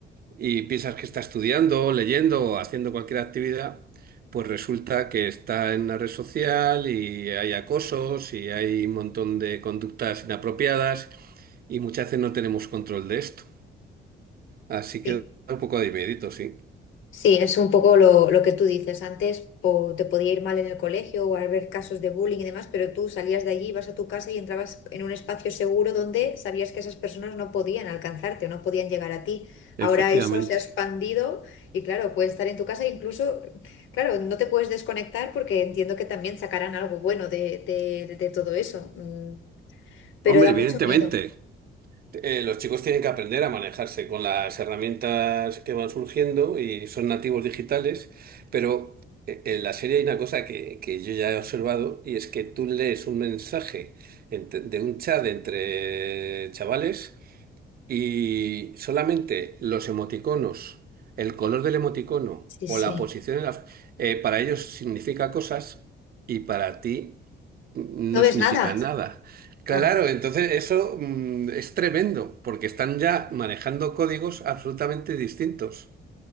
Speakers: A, on the right; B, on the left.
A: y piensas que está estudiando, leyendo o haciendo cualquier actividad, pues resulta que está en una red social y hay acosos y hay un montón de conductas inapropiadas y muchas veces no tenemos control de esto. Así
B: sí.
A: que da un poco de miedito, sí.
B: Sí, es un poco lo, lo que tú dices. Antes po- te podía ir mal en el colegio o haber casos de bullying y demás, pero tú salías de allí, ibas a tu casa y entrabas en un espacio seguro donde sabías que esas personas no podían alcanzarte, no podían llegar a ti. Ahora
A: Efectivamente.
B: eso se ha expandido y claro, puedes estar en tu casa e incluso, claro, no te puedes desconectar porque entiendo que también sacarán algo bueno de, de de todo eso, Mm, pero
A: Hombre,
B: da
A: evidentemente.
B: mucho miedo.
A: eh, los chicos tienen que aprender a manejarse con las herramientas que van surgiendo y son nativos digitales, pero eh, en la serie hay una cosa que, que yo ya he observado y es que tú lees un mensaje ent- de un chat entre chavales y solamente los emoticonos, el color del emoticono
B: Sí,
A: o
B: sí.
A: la posición en la- eh, para ellos significa cosas y para ti no
B: ¿No ves
A: significa
B: nada?
A: nada. Claro,
B: Claro.
A: entonces eso mm, es tremendo, porque están ya manejando códigos absolutamente distintos.